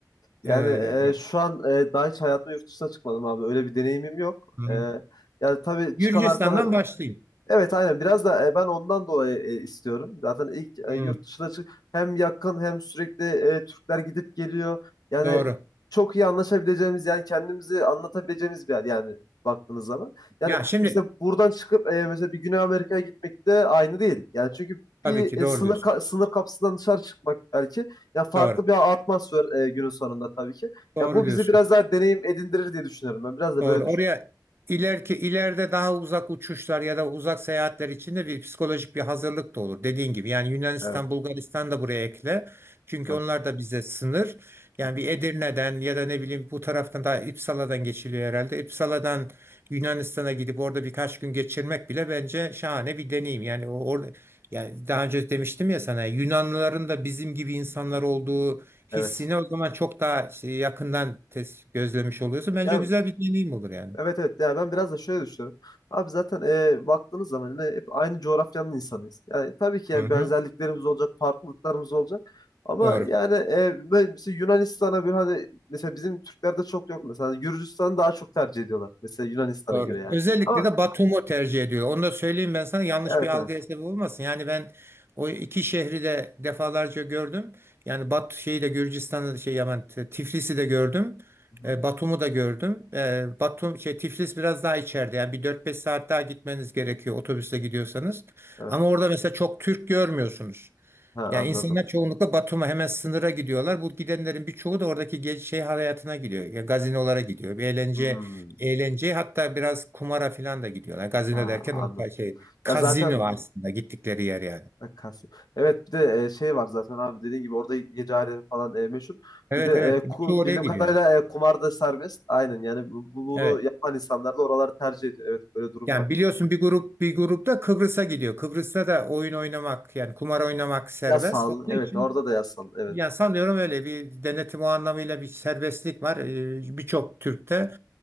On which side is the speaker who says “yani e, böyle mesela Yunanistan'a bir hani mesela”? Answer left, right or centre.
Left